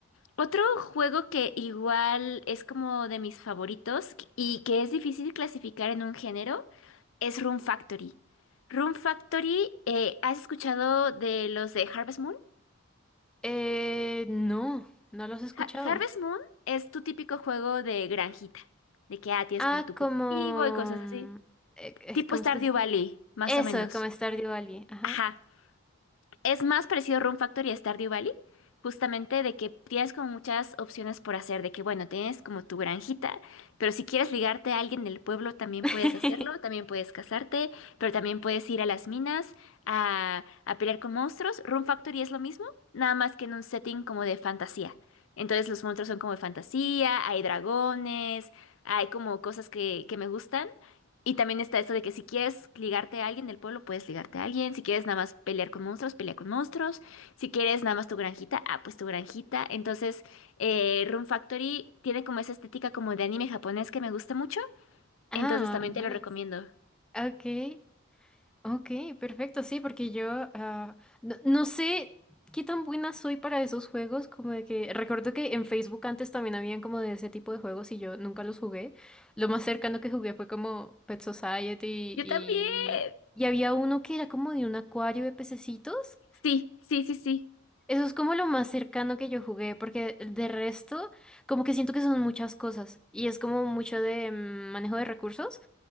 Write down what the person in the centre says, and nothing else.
Eh, no, no los he escuchado.
Ah,
como...
mm,
eh, eh,
¿Cómo
es que se...
Eso,
como Stardew Valley. Ajá.
<laughs>
Ah,
nice.
Ok, ok, perfecto, sí, porque yo ah, no, no sé qué tan buena soy para esos juegos, como de que recuerdo que en Facebook antes también habían como de ese tipo de juegos y yo nunca los jugué. Lo más cercano que jugué fue como Pet Society
y,
y había uno que era como de un acuario de pececitos.
Eso es como lo más cercano que yo jugué, porque de resto, como que siento que son muchas cosas y es como mucho de mm, manejo de recursos